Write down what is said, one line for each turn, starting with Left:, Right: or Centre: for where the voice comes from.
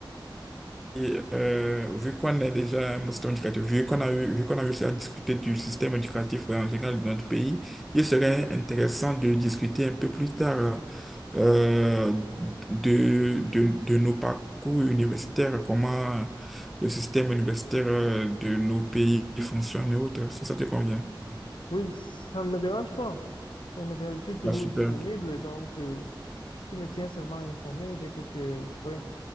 Centre: Et, euh, vu qu'on est déjà un bon système éducatif, vu qu'on a eu, vu qu'on a réussi à discuter du système éducatif en général de notre pays, il serait intéressant de discuter un peu plus tard euh, de, de, de nos parcours universitaires, comment le système universitaire euh, de nos pays fonctionne et autres, si ça te convient.
Left: Oui, ça ne me dérange pas. Ça me dérange, je suis toujours
Centre: Bah, super.
Left: disponible, donc euh, tu me tiens seulement informé dès que tu es prêt.